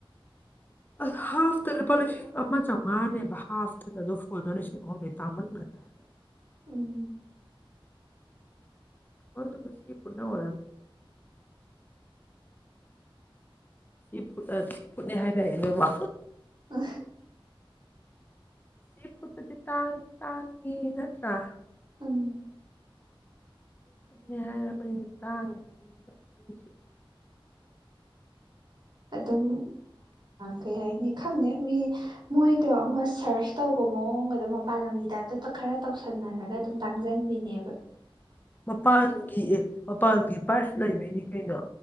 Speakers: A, on the left; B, on the right.
A: ꯑꯁ ꯍꯥꯐꯇ ꯂꯨꯄꯥ ꯂꯤꯁꯤꯡ ꯑꯃ ꯆꯥꯝꯃꯉꯥꯅꯦꯕ ꯍꯥꯐꯇꯨꯗ ꯑꯗꯨ ꯐꯨꯜꯗꯣ ꯂꯤꯁꯤꯡ ꯑꯍꯨꯝꯅꯤ ꯇꯥꯡꯃꯟꯈ꯭ꯔꯦ ꯍꯥꯏꯕ
B: ꯎꯝ
A: ꯀꯟꯇ ꯄꯨꯁꯤ ꯐꯨꯔꯠꯅ ꯑꯣꯔ ꯁꯤ ꯐꯨꯗ ꯁꯤ ꯐꯨꯗꯅꯦ ꯍꯥꯏꯅꯑꯦ ꯅꯣꯏꯕ
B: ꯑ
A: ꯁꯤ ꯐꯨꯠꯇꯗꯤ ꯇꯥꯡꯉ ꯇꯥꯡꯉꯤ ꯅꯠꯇ꯭ꯔꯥ
B: ꯎꯝ
A: ꯈꯨꯠꯅꯦ ꯍꯥꯏꯔꯕꯅꯤꯅ ꯇꯥꯡꯉꯤꯕꯅꯦꯕ ꯃꯤꯁꯨ
B: ꯑꯗꯨꯝ ꯀꯩ ꯍꯥꯏꯅꯤ ꯈꯪꯗꯦ ꯃꯤ ꯃꯣꯏꯗꯣ ꯑꯃ ꯁꯔꯁ ꯇꯧꯕ ꯃꯑꯣꯡꯒꯗꯣ ꯃꯄꯥꯟ ꯂꯝꯒꯤ ꯇꯥꯏꯞꯇ ꯈꯔ ꯇꯧꯁꯟꯅꯔꯒ ꯑꯗꯨꯝ ꯇꯥꯡꯖꯟꯕꯤꯅꯦꯕ
A: ꯃꯄꯥꯟꯒꯤ ꯑꯦ ꯃꯄꯥꯟꯒꯤ ꯄꯥꯏꯔꯁ ꯂꯩꯕꯩꯅꯤ ꯀꯩꯅꯣ